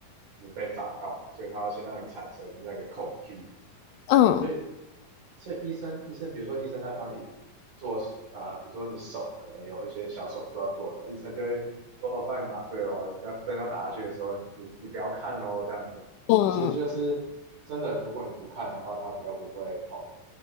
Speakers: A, on the right; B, on the left.
A: 你被砸到嘛，所以他要先让你产生那个恐惧，
B: 嗯嗯
A: 所以所以医生，医生，比如说医生在帮你做啊、呃比如说你手可能有一些小手术要做的时候，医生就会说哦，帮你麻醉哦，要针要打下去的时候，你你不要看哦，这样子。
B: 嗯，
A: 其实就是真的，如果你不看的话，它比较不会痛，